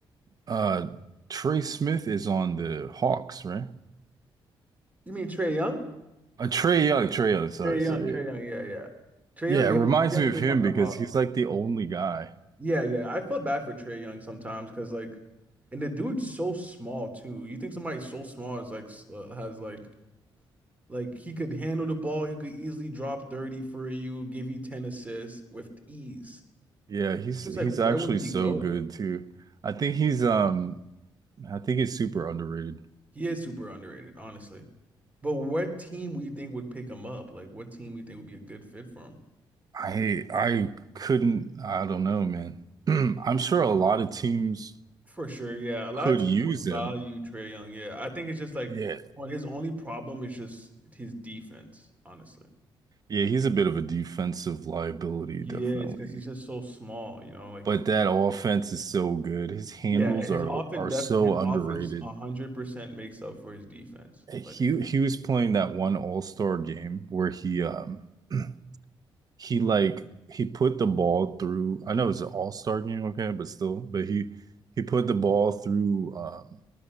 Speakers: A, on the right; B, on the right.
A: Uh Trey Smith is on the Hawks, right?
B: You mean Trey Young?
A: Uh, Trey Young, Trey Young, sorry,
B: Trey
A: sorry,
B: Young, Trey
A: yeah.
B: Young, yeah, yeah. Trey
A: Yeah,
B: Young,
A: it
B: yeah,
A: reminds
B: Trey Young
A: me of
B: is
A: him
B: on the
A: because
B: Hawks.
A: he's like the only guy.
B: Yeah, yeah. I feel bad for Trey Young sometimes because like, and the dude's so small too. You think somebody so small is like s- uh, has like like he could handle the ball. He could easily drop 30 for you, give you 10 assists with ease.
A: Yeah, he's
B: Just
A: he's
B: like where
A: actually
B: would he
A: so
B: go
A: good
B: though?
A: too. I think he's um I think he's super underrated.
B: He is super underrated, honestly. But what team would you think would pick him up? Like what team do you think would be a good fit for him?
A: I I couldn't I don't know, man. <clears throat> I'm sure a lot of teams
B: For sure, yeah. A lot
A: could
B: of teams
A: use
B: would value
A: him.
B: Trey Young. Yeah, I think it's just like
A: Yeah.
B: well, his only problem is just his defense, honestly.
A: Yeah, he's a bit of a defensive liability,
B: He
A: definitely.
B: is because he's just so small, you know. Like
A: But
B: he's
A: that offense is so good. His handles
B: yeah, his
A: are
B: offense
A: are
B: def
A: so
B: his
A: underrated.
B: offense a hundred percent makes up for his defense.
A: He
B: Like,
A: he was playing that one All-Star game where he um <clears throat> he like he put the ball through. I know it's an All-Star game, okay, but still, but he he put the ball through um